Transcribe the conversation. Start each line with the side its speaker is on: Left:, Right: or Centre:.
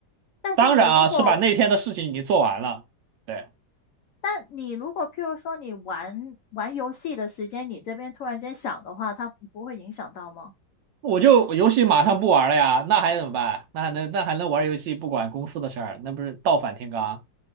Left: 但是你如果，
Right: 当然啊，是把那天的事情已经做完了。对。
Left: 但你如果譬如说你玩玩游戏的时间，你这边突然间响的话，它不会影响到吗？
Right: 我就我游戏马上不玩了呀，那还能怎么办？那还能那还能玩游戏不管公司的事儿，那不是倒反天罡，